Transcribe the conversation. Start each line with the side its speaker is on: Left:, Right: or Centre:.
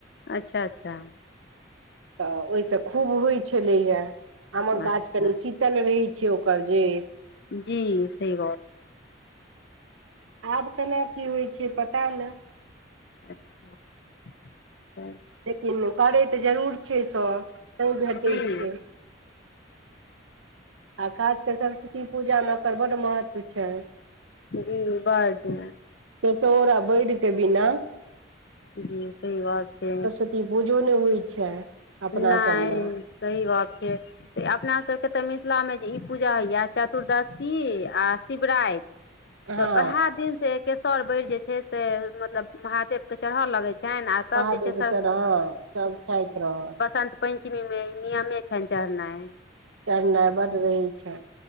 Left: अच्छा अच्छा।
Right: तऽ ओहि से खूब होइत छलैया आमक गाछ
Left: अच्छा
Right: कनी शीत तल रहैछै ओकर जे
Left: जी सही बात
Right: आब केना की होइत छै पता नहि।
Left: <inaudible>
Right: लेकिन करै तऽ जरूर छै सभ तैँ भेटैत
Left: जी
Right: छै। आ खासककर सरस्वती पूजामे ओकर बड्ड महत्व छै।
Left: जी बड।
Right: केसौर आ बैर के बिना
Left: जी सही बात छै
Right: <inaudible> ई पूजो नहि होइ छै। अपना
Left: नहि
Right: सभमे
Left: सही बात छै। तऽ अपनासभके तऽ मिथिलामे जे ई पूजा होइए चतुर्दशी आ शिवराति <inaudible> तऽ
Right: हँ
Left: उएह दिनसँ इ केसौर बैर जे छै से मतलब महादेवके चढ़य लगैत छनि आ तब
Right: महादेव
Left: जे छै
Right: के किए नऽ हऽ सब खाइत रहऽ।
Left: बसंत पंचमी मे नियमे छनि चढ़नाइ।
Right: चढ़नाइ बड रहै छैन